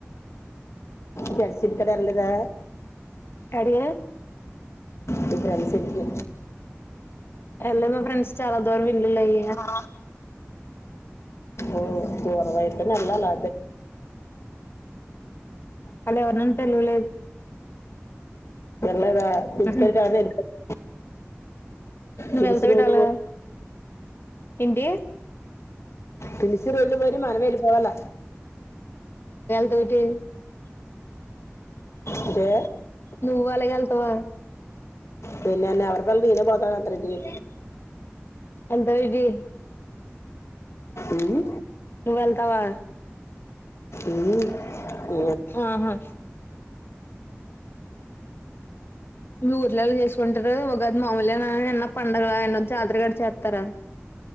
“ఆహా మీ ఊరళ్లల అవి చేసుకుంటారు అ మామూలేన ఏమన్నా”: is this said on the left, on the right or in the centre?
Left